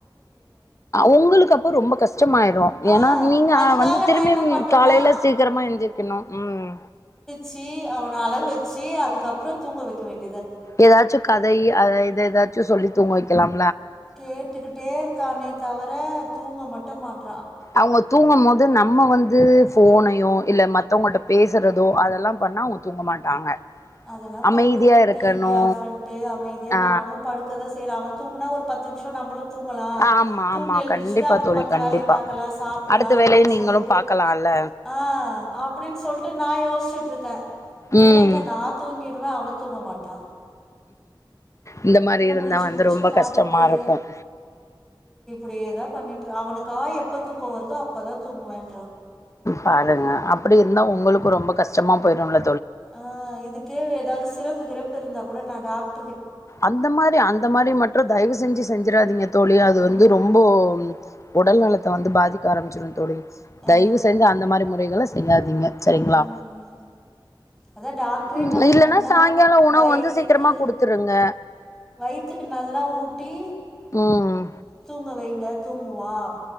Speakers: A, on the left; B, in the centre.
A: உங்களுக்கு அப்போ ரொம்ப கஷ்டமாயிடும்
B: ஆ
A: ஏன்னா நீங்க
B: அதுக்காக
A: வந்து திரும்பி
B: நா என்ன பண்றேன்னா
A: காலையில சீக்கிரமா எஞ்சிருக்கணும் உம்
B: சி ஆர் அள வச்சு அதுக்கப்புறம் தூங்க வைக்க வேண்
A: ஏதாச்சும் கதை அத இத ஏதாச்சும் சொல்லி தூங்கவைக்கலாம்
B: கேட்டுக்கிட்டே இருக்கானே தவிர தூங்க மட் டுமாட்
A: அவங்க தூங்கும் போது நம்ம வந்து போனையும் இல்ல மத்தவங்கிட்ட பேசுறதோ அதெல்லாம் பண்ணா அவங்க தூங்க மாட்டாங்க
B: அதெல்லாம்
A: அமைதியா
B: பண்றது இல்ல
A: இருக்கணு
B: டிவி ஆஃப் பன்ட்டு அமைதியா
A: ஆ
B: நானும் படுக்கதான் செய்றேன் அவன் தூங்கன்னா ஒரு பத்து நிமிஷ நம்மளும் தூங்கலாம்
A: ஆமா
B: தூங்கி
A: ஆமா
B: எழுந்திடுச்சுட்டு
A: கண்டிப்பா
B: அப்புறம்
A: தோழி கண்டிப்பா
B: வேலைய பாக்கலாம் சாப்பிடலாம்
A: அடுத்த
B: அப்படின்னு
A: வேலைய நீங்களு
B: சொல்லிட்டு
A: பாக்கலால்ல
B: ஆஹான் அப்படின்னு சொல்லிட்டு நான் யோசிச்சுட்டு இருக்கேன் இவன்
A: ம்
B: எங்க நாத் ங்கிடுவான் அவன் தூங்க மாட்றான்
A: இந்த மாரி இருந்தா
B: முழிச்சு
A: வந்து
B: முழிச்சு
A: ரொம்ப
B: பாத்துட்டே
A: கஷ்டமாக இருக்கும்
B: அப்படியேதா பண்ணிட்டு அவனுக்கா எப்ப தூக்க வருதோ அப்பதான் தூங்கவேன் என்றான்
A: பாருங்க அப்படி இருந்தா உங்களுக்கு ரொம்ப கஷ் ச்சமா போயிடும்ல
B: ஆஹ் இதுக்கே அதாவது சிறப்பு கிறப்பு இருந்தா கூட நான் டாக்
A: அந்த மாதிரி அந்த மாதிரி மற்றும் தயவு செஞ்சு செஞ்சிடாதீங்க தோழி அது
B: ம்
A: வந்து ரொம்போ உடல் நலத்தை வந்து பாதிக்க ஆரமிச்சிரோம் தோலி
B: ஆ
A: தயவு செய்து அந்த மாரி முறைகளை செய்யாதீங்க சரிங்களா
B: ம் அதா டாக்டரே
A: உ
B: என்ன சொன்னாங்கன்னா
A: இல்ன்னா சாயங்காலம் உணவு
B: வயித்துக்கு
A: வந்து சீக்கிரமா குடுத்துருங்க
B: வயித்துக்கு நல்லா ஊட்டி
A: ம்
B: தூங்க வைங்க தூங்குவாப்